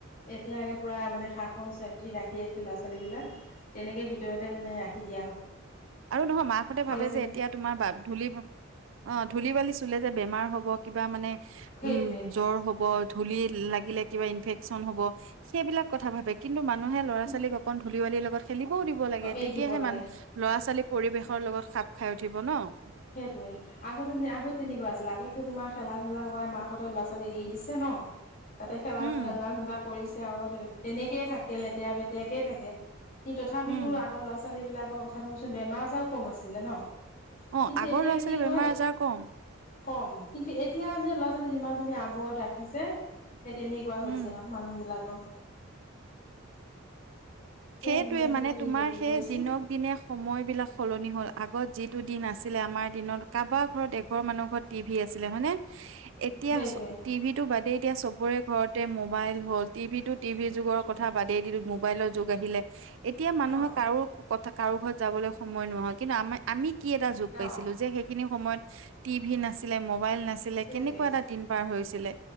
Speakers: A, on the left; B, on the right.
A: এতিয়া একে পুৰা মানে সাখন চেফটি ৰাখি, ৰাখি, ল'ৰা-ছোৱালীবিলাক
B: উম,
A: তেনেকে ভিতৰতে মানে ৰাখি দিয়া হয়।
B: আৰু নহয়, মাকহঁতে
A: কি
B: ভাবে
A: আছিলে
B: যে এতিয়া তোমাৰ ধূলি, অ', ধূলি বালি চুলে যে বেমাৰ হব। কিবা মানে,
A: সেইটোৱে
B: উম, জ্বৰ হব। ধূলি লাগিলে কিবা ইনফ্ৰচন হ'ব, সেইবিলাক কথা ভাবে, মানুহে ল'ৰা-ছোৱালীক
A: কিন্তু
B: অকন ধুলি-বালিৰ লগত খেলিবও দিব লাগে,
A: অ এৰি
B: তেতিয়াহে
A: দিব লাগে
B: মানুহ, ল'ৰা-ছোৱালী পৰিৱেশৰ লগত খাপ খাই উঠিব ন'।
A: সেইটোৱে। আগতে, আগত তেনেকুৱা আছিলে, আগতে তোমাৰ খেলা-ধূলা কৰাই মাহঁতে ল'ৰা-ছোৱালী এৰি দিছে ন'। তাতে খেলা,
B: উম,
A: খেলা-ধূলা কৰিছে, আৰু তেনেকেয় থাকিল, লেতেৰা-বেতেৰাকেই থাকে। কিন্ত, তথাপিতো
B: উম,
A: আগৰ ল'ৰা-ছোৱালী বিলাকৰ কথাটো কচোন বেমাৰ আজাৰও কম আছিলে ন'।
B: অ',
A: কিন্তু
B: আগৰ
A: এতিয়া
B: ল'ৰা-ছোৱালীৰ
A: কি হয়
B: বেমাৰ আজাৰ কম।
A: কম, কিন্তু এতিয়া যে ল'ৰা-ছোৱালী যিমান তুমি আৱৰত ৰাখিছে। সেই তেনেকুৱা হৈছে,
B: উম।
A: আৰু মানুহ বিলাকৰ।
B: সেইটোয়ে
A: দিনক দিনে
B: মানে
A: কি
B: তোমাৰ
A: গতি
B: সেই
A: কৰিছে
B: দিনক দিনে সময়বিলাক সলনি হ'ল, আগত যিটো দিন আছিলে, আমাৰ দিনত কাৰোবাৰ ঘৰত এঘৰ মানুহ ঘৰত টিভি আছিলে, হয় নে।
A: <inaudible>
B: এতিয়া
A: সেইটোৱে
B: চ টিভি টো বাদেই দিয়া এতিয়া চব চবৰে ঘৰতে মোবাইল হ'ল টিভি টো টিভিৰ যুগৰ কথা বাদেই দিলো মোবাইলৰ যুগ আহিলে এতিয়া মানুহে
A: অ
B: কাৰো কথা কাৰো ঘৰত যাবলৈ সময় নহয় কিন্তু আমাৰ আমি কি এটা যুগ পাইছিলো
A: অ
B: যে সেইখিনি সময়ত টিভি নাছিলে মবাইল নাছিলে
A: সেইটোৱে
B: কেনেকুৱা এটা দিন পাৰ হৈছিলে